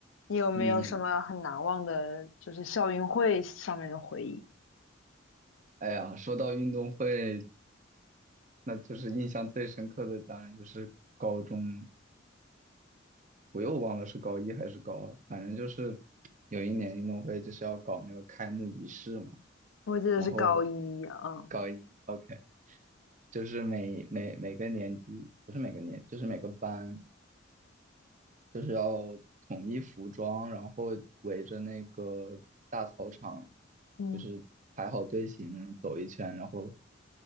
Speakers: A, on the left (about 80°); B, on the right (about 40°).
A: 你有没有什么很难忘的，
B: 嗯，
A: 就是校运会上面的回忆？
B: 哎呀，说到运动会，那就是印象最深刻的，当然就是高中，我又忘了是高一还是高二，反正就是有一年运动会就是要搞那个开幕仪式嘛，
A: 我记得是高一啊，
B: 然后高一，OK，就是每每每个年级，不是每个年，就是每个班，就是要统一服装，然后围着那个大操场，
A: 嗯
B: 就是排好队形走一圈，然后